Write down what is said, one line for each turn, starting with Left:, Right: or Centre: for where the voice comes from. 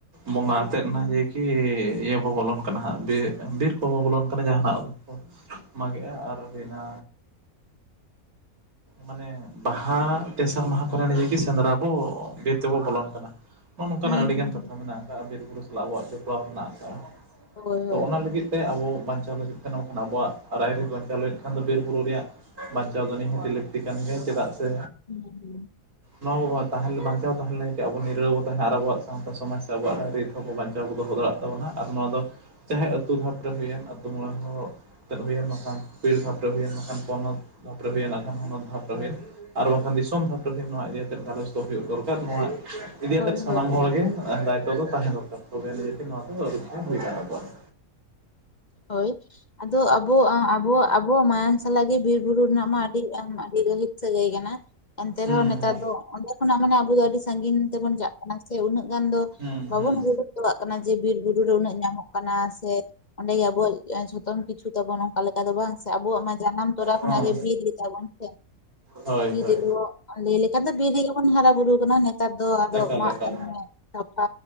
Right: ᱵᱚᱸᱜᱟ ᱟᱛᱮᱱ
Left: ᱦᱩᱸ
Right: ᱱᱟ ᱡᱮᱭ ᱠᱤ ᱤᱭᱟᱹ ᱵᱚ ᱵᱚᱞᱚᱱ ᱠᱟᱱᱟ ᱦᱟᱸᱜ ᱵᱤᱨ ᱵᱤᱨ ᱠᱚᱵᱚ ᱵᱚᱞᱚᱱ ᱠᱟᱱᱟ ᱡᱟᱦᱟᱱᱟᱜ ᱠᱚ ᱢᱟᱜᱮᱜ-ᱟ ᱟᱨ ᱦᱩᱭᱮᱱᱟ ᱢᱟᱱᱮ ᱵᱟᱦᱟ ᱛᱮᱥᱟᱨ ᱢᱟᱦᱟ ᱠᱚᱨᱮ ᱱᱤ ᱡᱮ ᱠᱤ ᱥᱮᱸᱫᱽᱨᱟ ᱵᱚ ᱵᱤᱨ ᱛᱮᱵᱚ ᱵᱚᱞᱚᱱ ᱠᱟᱱᱟ᱾ ᱱᱚᱜ-ᱚ ᱱᱚᱝᱠᱟᱱᱟᱜ
Left: ᱦᱩᱸ
Right: ᱟᱹᱰᱤᱜᱟᱱ
Left: ᱦᱩᱸ ᱦᱩᱸ
Right: ᱠᱟᱛᱷᱟ ᱢᱮᱱᱟᱜ ᱟᱠᱟᱜ-ᱟ, ᱵᱤᱨ ᱵᱩᱨᱩ ᱥᱟᱞᱟᱜ ᱟᱵᱚᱣᱟᱜ ᱡᱚᱯᱲᱟᱣ ᱢᱮᱱᱟᱜ ᱟᱠᱟᱜ-ᱟ
Left: ᱦᱳᱭ ᱦᱳᱭ
Right: ᱛᱚ ᱚᱱᱟ ᱞᱟᱹᱜᱤᱫ ᱛᱮ ᱟᱵᱚ ᱵᱟᱧᱪᱟᱣ ᱞᱟᱹᱜᱤᱫ ᱛᱟᱦᱮ ᱵᱟᱝᱠᱷᱟᱱ ᱟᱵᱚᱣᱟᱜ ᱨᱟᱭᱨᱤᱛ ᱵᱟᱧᱪᱟᱣ ᱞᱟᱹᱜᱤᱫ ᱠᱷᱟᱱ ᱫᱚ ᱵᱤᱨ ᱵᱩᱨᱩ ᱨᱮᱭᱟᱜ ᱵᱟᱧᱪᱟᱣ ᱫᱚ ᱱᱤᱦᱟᱹᱛᱤ ᱞᱟᱹᱠᱛᱤ ᱠᱟᱱ ᱜᱮᱭᱟ, ᱪᱮᱫᱟᱜ ᱥᱮ
Left: ᱦᱩᱸ ᱦᱩᱸ
Right: ᱱᱚᱣᱟᱵ ᱛᱟᱦᱮᱱ ᱵᱟᱧᱪᱟᱣ ᱛᱟᱦᱮᱱ ᱞᱟᱹᱜᱤᱛ ᱛᱮ ᱟᱵᱚ ᱱᱤᱨᱟᱹᱣ ᱵᱚ ᱛᱟᱦᱮᱱᱟ ᱟᱨ ᱟᱵᱚᱣᱟᱜ ᱥᱟᱶᱛᱟ ᱥᱚᱢᱟᱡᱽ ᱥᱮ ᱟᱵᱚᱣᱟᱜ ᱨᱤᱛ ᱦᱚᱸᱵᱚ ᱵᱟᱧ ᱪᱟᱣ ᱵᱚ ᱫᱚᱦᱚ ᱫᱟᱲᱮᱜ ᱛᱟᱵᱚᱱᱟ ᱟᱨ ᱱᱚᱣᱟ ᱫᱚ ᱪᱟᱦᱮ ᱟᱹᱛᱩ ᱵᱷᱟᱵ ᱨᱮ ᱦᱩᱭᱮᱱ ᱟᱹᱛᱩ ᱢᱚᱬᱮ ᱦᱚᱲ᱾ ᱦᱩᱭ ᱮᱱ ᱵᱟᱠᱷᱟᱱ ᱯᱤᱲᱫᱷᱟᱯ ᱨᱮ ᱦᱩᱭ ᱮᱱ ᱢᱠᱷᱟᱱ ᱯᱚᱱᱚᱛ ᱫᱷᱟᱯ ᱨᱮ ᱦᱩᱭᱮᱱ ᱾ ᱠᱷᱟᱱ ᱦᱚᱱᱚᱛ ᱫᱷᱟᱯ ᱨᱮ ᱦᱩᱭᱩᱜ ᱟᱨ ᱵᱟᱝᱠᱷᱟᱱ ᱫᱤᱥᱚᱢ ᱫᱷᱟᱯ ᱨᱮ ᱦᱩᱭᱩᱜ ᱱᱚᱣᱟ ᱤᱫᱤᱭᱟᱛᱮ ᱜᱟᱞᱚᱪ ᱫᱚ ᱦᱩᱭᱩᱜ ᱫᱚᱨᱠᱟᱨ ᱱᱚᱣᱟ ᱤᱫᱤ
Left: ᱦᱳᱭ
Right: ᱟᱛᱮᱱ ᱥᱟᱱᱟᱢ
Left: ᱦᱳᱭ ᱦᱳᱭ
Right: ᱦᱚᱲᱜᱮ ᱫᱟᱭᱤᱛᱚ ᱫᱚ ᱛᱟᱦᱮᱸ ᱫᱚᱨᱠᱟᱨ ᱛᱚᱵᱮ ᱱᱤᱡᱮᱤ ᱱᱚᱣᱟ ᱫᱚ ᱨᱩᱠᱷᱤᱭᱟᱹ ᱦᱩᱭ ᱫᱟᱲᱮ ᱠᱚᱜ-ᱟ᱾
Left: ᱦᱳᱭ, ᱟᱫᱚ ᱟᱵᱚ ᱟᱵᱚᱣᱟᱜ ᱟᱵᱚ ᱢᱟᱭᱟᱝ ᱥᱟᱞᱟᱜ ᱜᱮ ᱵᱤᱨ ᱵᱩᱨᱩ ᱨᱮᱱᱟᱜ ᱢᱟ ᱟᱹᱰᱤ ᱟᱹᱰᱤ ᱜᱟᱹᱦᱤᱨ ᱥᱟᱹᱜᱟᱹᱭ ᱠᱟᱱᱟ ᱮᱱᱛᱮ
Right: ᱦᱩᱸ
Left: ᱨᱮᱦᱚᱸ ᱱᱮᱛᱟᱨ ᱫᱚ ᱚᱸᱰᱮ ᱠᱷᱚᱱᱟᱜ ᱢᱟᱱᱮ ᱟᱵᱚ ᱫᱚ ᱟᱹᱰᱤ ᱥᱟᱺᱜᱤᱧ ᱛᱮᱵᱚᱱ ᱪᱟᱜ ᱠᱟᱱᱟ ᱥᱮ ᱩᱱᱟᱹᱜ ᱜᱟᱱ ᱫᱚ
Right: ᱦᱩᱸ ᱦᱩᱸ
Left: ᱵᱟᱵᱚᱱ
Right: ᱦᱩᱸ
Left: ᱜᱩᱨᱩᱛᱛᱚᱣᱟᱜ ᱠᱟᱱᱟ᱾ ᱠᱟᱱᱟ ᱡᱮ ᱵᱤᱨ ᱵᱩᱨᱩ ᱨᱮ ᱩᱱᱟᱹᱜ ᱧᱟᱢᱚᱜ ᱠᱟᱱᱟ ᱥᱮ ᱚᱸᱰᱮ ᱜᱮ ᱟᱵᱚᱣᱟᱜ ᱡᱷᱚᱛᱚᱢ ᱠᱤᱪᱷᱩ ᱛᱟᱵᱚᱱ ᱚᱱᱠᱟ᱾ ᱚᱱᱠᱟ ᱞᱮᱠᱟ ᱫᱚ ᱵᱟᱝ ᱥᱮ ᱟᱵᱚᱣᱟᱜ ᱢᱟ ᱡᱟᱱᱟᱢ ᱛᱚᱨᱟ
Right: ᱦᱚᱸ
Left: ᱠᱷᱚᱱᱟᱜ ᱜᱮ ᱵᱤᱨ ᱜᱮᱛᱟᱵᱚᱱ ᱥᱮ?
Right: ᱦᱳᱭ
Left: ᱵᱤᱨ
Right: ᱦᱳᱭ,
Left: ᱞᱟᱹᱭ ᱞᱮᱠᱷᱟᱱ ᱫᱚ ᱵᱤᱨ ᱨᱮ ᱜᱮ ᱵᱚᱱ ᱦᱟᱨᱟ ᱵᱩᱨᱩ ᱠᱟᱱᱟ ᱱᱮᱛᱟᱨ ᱫᱚ ᱟᱫᱚ
Right: ᱮᱠᱟᱞ
Left: ᱢᱟᱜ
Right: ᱮᱠᱟᱞ
Left: ᱥᱟᱯᱷᱟ